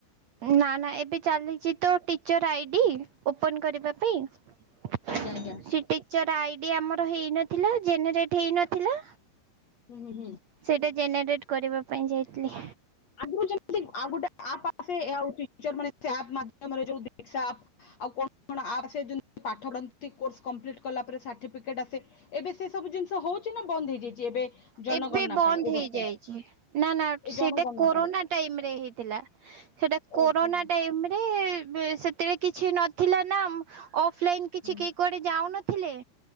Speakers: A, on the right; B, on the left.
A: ନା ନା ଏବେ ଚାଲିଚି ତ ଟି ଚର୍ ଆଇଡ଼ି ଓପନ୍ କରିବା ପାଇଁ ସି
B: ଆଜ୍ଞା ଆଜ୍ଞା
A: ଟିକ୍ ଟିଚର ଆଇଡ଼ି ଆମର ହେଇନଥିଲା ଜେନେରେଟ୍ ହେଇନଥିଲା।
B: ହୁଁ ହୁଁ ହୁଁ।
A: ସେଇଟା ଜେନେରେଟ୍ କରିବା ପାଇଁ ଯାଇଥିଲି।
B: ଆଗରୁ ଯେମିତି ଆଉ ଗୋଟେ ଆପ୍ ଆସେ ଏହା ହେଉଚି ଟିଚରମାନେ ସେ ଆପ୍ ମାଧ୍ୟମରେ ଯୋଉ ଦିକ୍ଷା ଆପ୍ ଆଉ କଣ କଣ ଆପ୍ ଆସେ ଯେମିତି ପାଠ ପଢନ୍ତି କୋର୍ସ କପ୍ଟିଂ କଲା ପରେ ସାର୍ଟିଫିକେଟ ଆସେ ଏବେ ସେ ସବୁ ଜିନିଷ ହଉଛି ନା ବନ୍ଦ ହେଇଯାଇଛି ଏବେ ଜନଗଣନା
A: ଏବେ ବନ୍ଦ
B: ପାଇଁ ଏ
A: ହେଇଯାଇଛି
B: ବର୍ଷ
A: ନା ନା
B: ଏ
A: ସେଇଟା
B: ଜନଗଣନା
A: କୋ କରୋନା
B: ପାଇଁ
A: ଟାଇମରେ ହେଇଥିଲା ସେଟା କରୋନା
B: ଓହୋ
A: ଟାଇମରେ ସେ ଏତେଳେ କିଛି ନଥିଲା ନା ମଁ ଅଫଲାଇନ କିଛି
B: ହୁଁ
A: କେହି କୁଆଡେ ଯାଉନଥିଲେ